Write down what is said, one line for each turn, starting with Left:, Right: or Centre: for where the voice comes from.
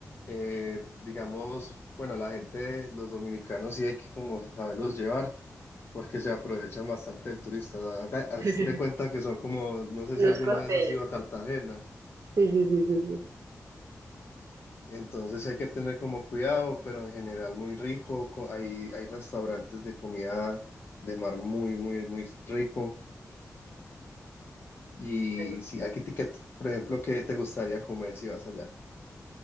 Left: eh, digamos, bueno, la gente, los dominicanos sí hay que como saberlos llevar porque se aprovechan bastante del turista. Haga- Haz
Right: <laughs>
Left: de cuenta que son como, no sé
Right: los
Left: si alguna
Right: costeles.
Left: vez has ido a Cartagena,
Right: Sí, sí, sí, sí, sí.
Left: entonces hay que tener como cuidado, pero en general muy rico, co- hay, hay restaurantes de comida de mar muy, muy, muy rico. Y
Right: Bueno,
Left: si aquí, te- que- por ejemplo, ¿qué te gustaría comer si vas allá?